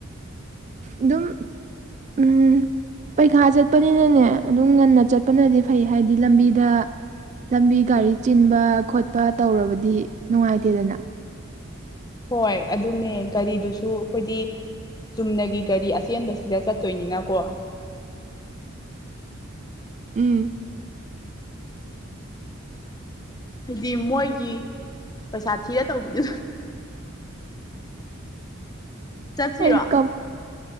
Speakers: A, on the right (about 35°); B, on the left (about 20°).
A: ꯑꯗꯨꯝ ꯎꯝ ꯄꯩꯈꯥ ꯆꯠꯄꯅꯤꯅꯅꯦ ꯑꯗꯨꯝ ꯉꯟꯅ ꯆꯠꯄꯅꯗꯤ ꯐꯩ ꯍꯥꯏꯕꯗꯤ ꯂꯝꯕꯤꯗ ꯂꯝꯕꯤ ꯒꯥꯔꯤ ꯆꯤꯟꯕ ꯈꯣꯠꯄ ꯇꯧꯔꯕꯗꯤ ꯅꯨꯡꯉꯥꯏꯇꯦꯗꯅ
B: ꯍꯣꯏ ꯑꯗꯨꯅꯦ ꯒꯥꯔꯤꯗꯨꯁꯨ ꯑꯩꯈꯣꯏꯗꯤ ꯆꯨꯝꯅꯒꯤ ꯒꯥꯔꯤ ꯑꯆꯦꯟꯕꯁꯤꯗ ꯆꯠꯇꯣꯏꯅꯤꯅꯀꯣ
A: ꯎꯝ
B: ꯍꯥꯏꯗꯤ ꯃꯣꯏꯒꯤ ꯄꯩꯁꯥ ꯊꯤꯔ ꯇꯧꯕꯤꯗꯨꯅ ꯆꯠꯁꯤꯔꯣ
A: ꯑꯩ ꯀꯞ